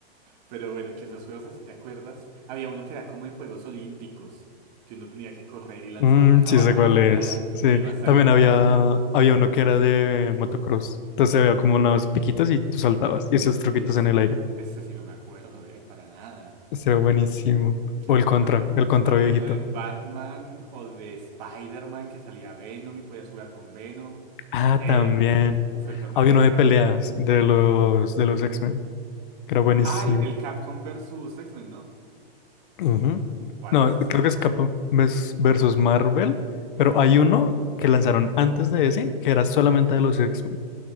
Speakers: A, on the right; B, on the left.
A: Pero bueno, ¿qué otros juegos así te acuerdas? Había uno que era como de Juegos Olímpicos, que uno tenía que correr y lanzaba
B: Mm,
A: la jabalina,
B: sí sé cuál es. Sí,
A: o iba saltando.
B: también había, había uno que era de motocross. Entonces había como unos piquitos y tú saltabas y esos truquitos
A: Uy, es...
B: en el aire.
A: ese sí no me acuerdo, ¿eh? Para nada.
B: Ese era buenísimo.
A: ¿Qué
B: O
A: otros
B: el contra,
A: me acuerdo?
B: el contra
A: Había
B: viejito.
A: uno de Batman o de Spider-Man que salía Venom y podías jugar con Venom.
B: Ah,
A: Eh,
B: también.
A: uf, el Contra
B: Había
A: también
B: uno de
A: era
B: peleas
A: muy bueno.
B: de los, de los X-Men, que era buenísimo.
A: Ay, el Capcom versus X-Men, ¿no?
B: Ujú.
A: What,
B: No,
A: eso
B: creo
A: es Capcom.
B: que es Capcom ves- versus Marvel, pero hay uno que lanzaron antes de ese que era solamente de los X-Men.